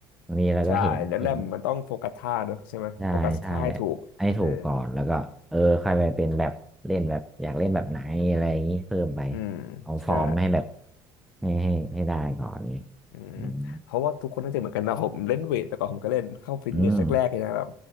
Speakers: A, in the centre; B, on the left (about 85°).
A: บางทีเราก็เห็นเห็น
B: ใช่แรกๆมันต้องโฟกัสท่าเนอะใช่ไหมโฟกัสท่าให้ถูกเออ
A: ใช่ใช่ให้ถูกก่อนแล้วก็เออค่อยไปเป็นแบบเล่นแบบอยากเล่นแบบไหนอะไรอย่างนี้เพิ่มไป
B: อืมใช่
A: เอาฟอร์มให้แบบให้ให้ให้ได้ก่อนนี้
B: อืมเพราะว่าทุกคนน่าจะเหมือนกันนะผมเล่นเวทแต่ก่อนผมก็เล่นเข้าฟิตเนสแรกๆเลยนะแบบ
A: อืมอืม